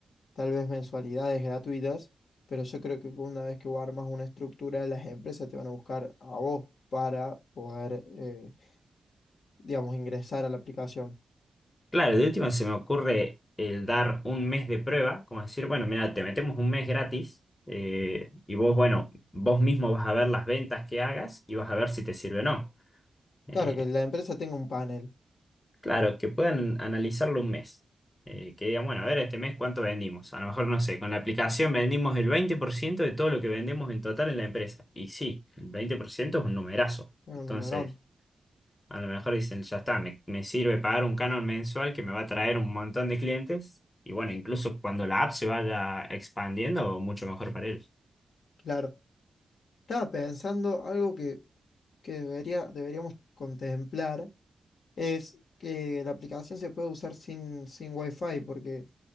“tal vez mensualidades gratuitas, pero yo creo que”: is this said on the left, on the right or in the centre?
Left